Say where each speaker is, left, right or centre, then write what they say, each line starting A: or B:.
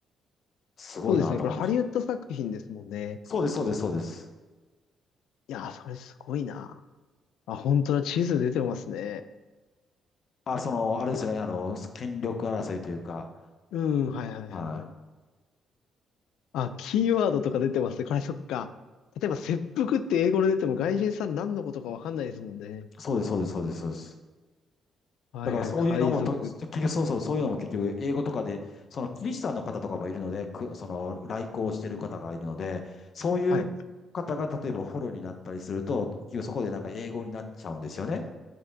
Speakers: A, on the left; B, on the left.
A: すごいなと思いました。
B: そうですね。これハリウッド作品ですもんね。
A: そうです、そうです、そうです。
B: いやー、それすごいな。あ、本当だ。地図出てますね。
A: あ、その、あれですよね、あの、権力争いというか、
B: うん、はいはいはいはい。
A: はい。
B: あ、キーワードとか出てますね。これそっか。例えば、切腹って英語で出ても外人さん何のことかわかんないですもんね。
A: そうです、そうです、そうです、そうです。
B: はいはい。
A: だからそういうのもと、
B: 海賊とか。
A: 結局、そうそう、そういうのも結局、英語とかで、そのキリシタンの方とかもいるので、く、その、来航してる方がいるので、そういう方が、
B: はい。
A: 例えばフォローになったりすると、結局そこでなんか英語になっちゃうんですよね。